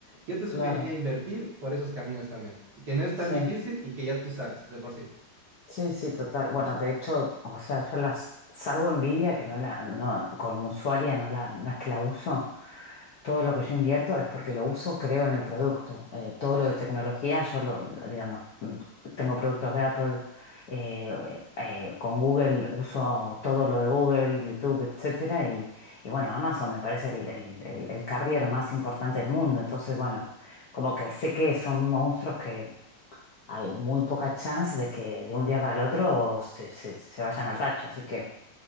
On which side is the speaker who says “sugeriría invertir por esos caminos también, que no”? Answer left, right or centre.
Right